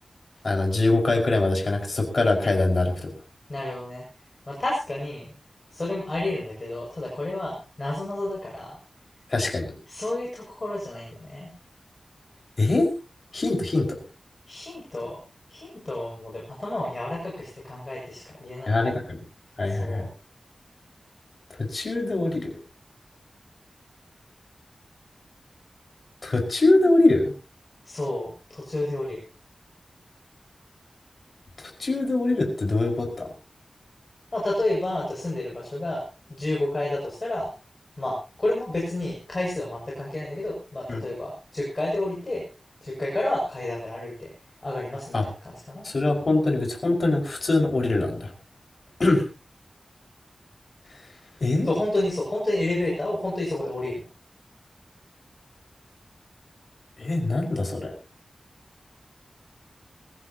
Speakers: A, on the left; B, on the left.
A: あの、15階くらいまでしかなくて、そこからは階段で歩くとか。
B: なるほどね。まあ確かに、それもあり得るんだけど、ただこれは、なぞなぞだから、
A: 確かに。
B: そういうところじゃないんだよね。
A: えヒント、ヒント。
B: ヒント、ヒントはもうでも頭を柔らかくして考えてしか言えないかな。
A: あらかくね。はいはいはい。
B: そう、
A: 途中で降りる。途中で降りる
B: そう、途中で降りる。
A: 途中で降りるってどういうことだ
B: まあ例えば、じゃあ住んでる場所が15階だとしたら、まあ、これも別に回数は全く関係ないんだけど、まあ例えば10階で降りて、
A: うん
B: 10階かいから階段で歩いて上がりますみたいな感じかな。
A: あ、それは本当に別、本当に普通の降りるなんだ。<coughs> <clears throat> え
B: そう、本当にそう、本当にエレベーターを本当にそこで降りるの。
A: え、なんだそれ。